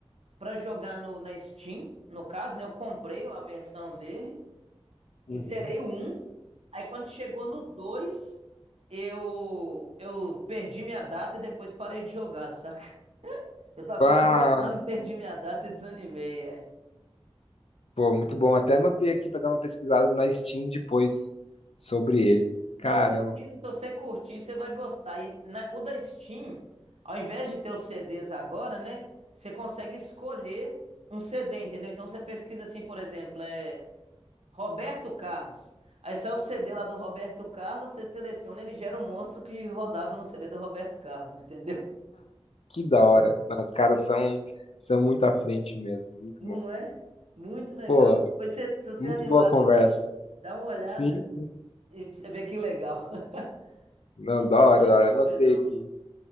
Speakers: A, on the right (about 85°); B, on the left (about 80°).
A: pra jogar no, na Steam, no caso, né? Eu comprei a versão dele.
B: Uhum.
A: E zerei o 1. Aí quando chegou no 2 eu, eu perdi minha data e depois parei de jogar, saca? <laughs> Eu tava
B: Ah,
A: quase zerando, perdi minha data e desanimei, é.
B: pô, muito bom. Até anotei aqui pra dar uma pesquisada na Steam depois sobre ele. Caramba,
A: Não, pesquisa, se você curtir, você vai gostar. E na- o da Steam, ao invés de ter os CDs agora, né? Você consegue escolher um CD, entendeu? Então você pesquisa assim, por exemplo, é Roberto Carlos. Aí sai o CD lá do Roberto Carlos, você seleciona, ele gera um monstro que rodava no CD do Roberto Carlos, entendeu?
B: que da hora. Não, Os caras são, são muito à frente mesmo, muito
A: Não
B: bom.
A: é? Muito legal.
B: Pô,
A: Pois você- se você
B: muito
A: animar
B: boa conversa.
A: depois, dá uma olhada
B: Sim, sim.
A: e pra você ver que legal. <laughs>
B: Não,
A: Então
B: da
A: tá
B: hora,
A: bom então,
B: da hora. Anotei
A: Pedrão.
B: aqui.